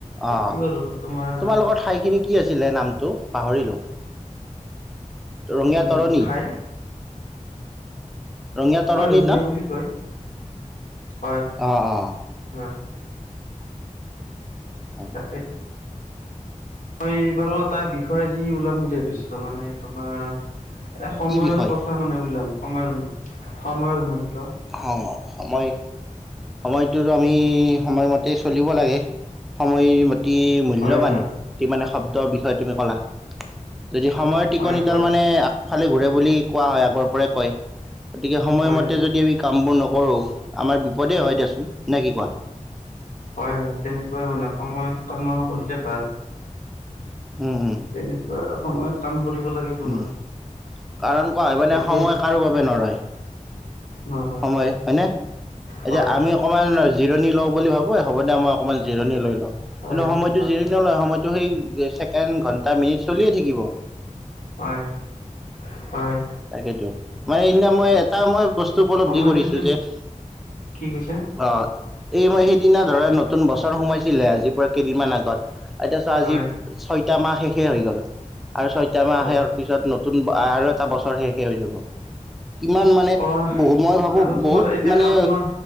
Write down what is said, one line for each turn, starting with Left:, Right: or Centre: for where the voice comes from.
Centre: অ'
Left: এইটো আৰু তোমাৰ
Centre: তোমালোকৰ ঠাইখিনি কি আছিল? কৈছিলে নামটো পাহৰিলোঁ। ৰঙীয়া
Left: উম,
Centre: তৰণী
Left: ফ্ৰাই
Centre: ৰঙিয়া তৰলী
Left: ৰঙীয়া
Centre: ন
Left: বুলি কয় হয়
Centre: অ' অ'।
Left: হয়।
Centre: হয়।
Left: তাকেইতো মই এইবাৰু এটা বিষয় আজি ওলাম বুলি ভাবিছিলোঁ মানে তোমাৰ এসময়ৰ
Centre: কি বিষয়
Left: কথা মানে ওলাব সময়ৰ মূল সময়ৰ মূল্য
Centre: অ সময় সময়টোতো আমি সময়মতে চলিব লাগে সময়মতে অতি মূল্যৱান
Left: হয় হয়
Centre: অ মানে শব্দৰ বিষয়ে তুমি ক'লা। যদি সময়ৰ টিকনি
Left: হয় হয়
Centre: তাৰ মানে আগফালে ঘূৰে বুলি কোৱা হয়। আগৰ পৰাই কয় গতিকে সময়মতে
Left: হয় হয়
Centre: যদি আমি কাম বোৰ নকৰো আমাৰ বিপদেই হয় দিয়াচোন নাই কি কোৱা?
Left: হয় হয় তেনেকুৱাই মানে সময়ত কাম কৰিলে ভাল।
Centre: উম, উম,
Left: তেনেকুৱা সময়ত। কাম কৰিব লাগে তোমাৰ
Centre: উম কাৰণ কোৱা হয় মানে
Left: তেতিয়া
Centre: সময় কাৰো বাবে নৰয়।
Left: নহয়
Centre: সময় হয়নে, এতিয়া
Left: হয় হয়
Centre: আমি অকণমান জিৰণি লওঁ বুলি ভাবো হ'ব দে মই অকণমান জিৰণ লৈ লওঁ
Left: হয়
Centre: কিন্তু সময়তটো
Left: হয়
Centre: জিৰণি নলয় টো সেই ছেকেণ্ড ঘন্টা মিনিট চলিয়ে থাকিব।
Left: হয় হয়। হয়
Centre: তাকেইতো মানে সেইদিনা মই এটা মই বস্তু উপলব্ধি
Left: সময়টোতো
Centre: কৰিছো যে-
Left: কি কৈছে
Centre: অ। এই মই সেইদিনা ধৰা নতুন বছৰ সোমাইছিলে আজিৰ পৰা কেইদিনমান আগত। এতিয়া আজি
Left: হয়
Centre: ছয়টা মাহ শেষে হৈ গ'ল আৰু ছয় টা‌ মাহৰ
Left: হয়
Centre: পিছত নতুন আৰু এটা বছৰ শেষে হৈ যাব। কিমান মানে
Left: অ
Centre: বহু মই ভাবো
Left: আৰু তোমাৰ
Centre: বহুত
Left: এতিয়া
Centre: মানে
Left: সাত মাহ